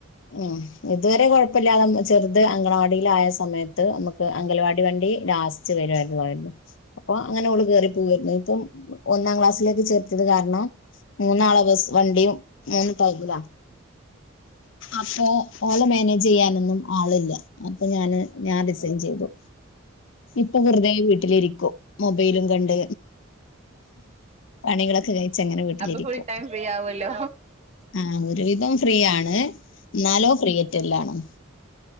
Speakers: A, on the left; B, on the right.
A: ഉം ഇത് വെരെ കൊഴപ്പയില്ലാതെ അ ചെറുത് അങ്കണവാടിയിലായ സമയത്ത് നമക്ക് അംഗലാവാടി വണ്ടി ണ്ടി ലാസ്റ്റ് വെരുവാരുന്നു അപ്പം അങ്ങനെ ഒള് കേറി പോരുന്നു ഇപ്പം ഒന്നാം ക്ലാസ്സിലേക്ക് ചേർത്തത് കാരണം മൂന്നാളെ ബെസ് വണ്ടിയും മൂന്ന് ടൈമിലാ അപ്പോ ഓളോ മാനേജ് ചെയ്യാനൊന്നും ആളില്ലാ അപ്പം ഞാന് ഞാൻ റിസൈൻ ചെയ്തു ഇപ്പം വെറുതെ വീട്ടിലിരിക്കും മൊബൈലും കണ്ട് പണികളൊക്കെ കഴ ച്ചങ്ങനെ വീട്ടിലിരിക്കും
B: അപ്പൊ ഫുൾ ടൈം ഫ്രീ ആവല്ലോ.
A: ആ ഒര് വിധം ഫ്രീയാണ് എന്നാലോ ഫ്രീയട്ടല്ലാനും